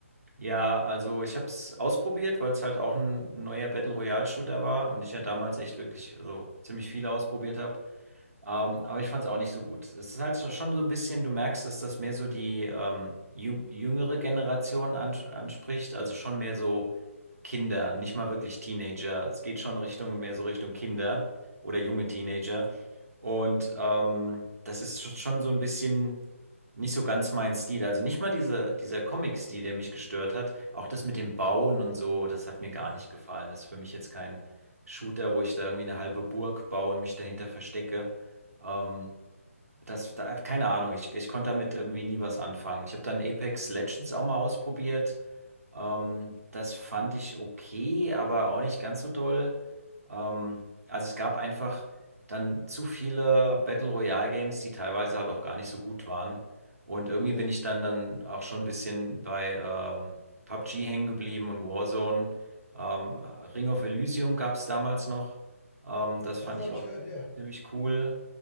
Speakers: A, on the right; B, on the left.
A: Ja, also ich habe es ausprobiert, weil es halt auch ein neuer Battle Royale Shooter war und ich ja damals echt wirklich so ziemlich viel ausprobiert habe. Ähm, aber ich fand es auch nicht so gut. Es ist halt so- schon so ein bisschen, du merkst, dass das mehr so die ähm, jüng- jüngere Generation ans- anspricht, also schon mehr so Kinder, nicht mal wirklich Teenager. Es geht schon
B: Mhm.
A: Richtung, mehr so Richtung Kinder oder junge Teenager. Und ähm, das ist sch- schon so ein bisschen nicht so ganz mein Stil. Also nicht mal dieser, dieser Comic-Stil, der mich gestört hat. Auch das mit dem Bauen und so, das hat mir gar
B: Mhm.
A: nicht gefallen. Das ist für mich jetzt kein Shooter, wo ich da irgendwie eine halbe Burg baue und mich dahinter verstecke. Ähm, das, da, keine Ahnung, ich, ich konnte damit irgendwie nie was anfangen. Ich habe dann Apex Legends auch mal ausprobiert. Ähm, das fand ich okay, aber auch nicht ganz so toll Ähm, also es gab einfach dann zu viele Battle Royale Games, die teilweise halt auch gar nicht so gut waren. Und irgendwie
B: Ja.
A: bin ich dann dann auch schon ein bisschen bei ähm, PUBG hängen geblieben und Warzone. Ähm, Ring of Elysium gab es damals noch. Ähm, das
B: Davon
A: fand ich
B: habe
A: auch
B: ich gehört, ja.
A: ziemlich cool.